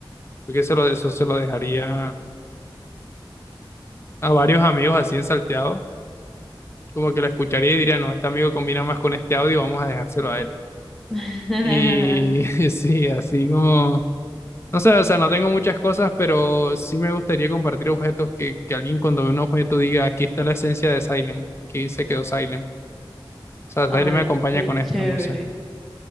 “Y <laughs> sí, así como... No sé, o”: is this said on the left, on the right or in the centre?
Left